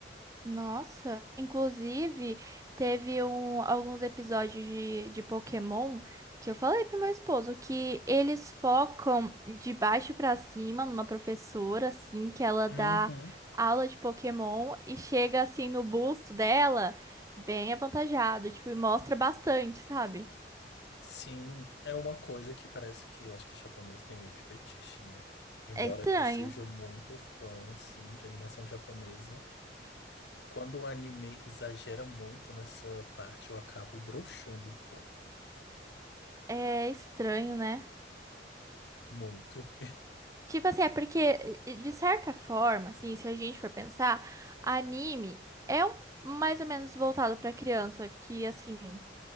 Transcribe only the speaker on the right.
Nossa, inclusive teve um, alguns episódios de, de Pokémon que eu falei pro meu esposo que eles focam de baixo pra cima numa professora, assim, que ela dá
aula de Pokémon e chega assim no busto dela, bem avantajado, tipo, e mostra bastante, sabe?
É estranho,
é estranho, né?
Tipo assim, é porque, de certa forma, assim, se a gente for pensar, anime é um- mais ou menos voltado pra criança, que, assim,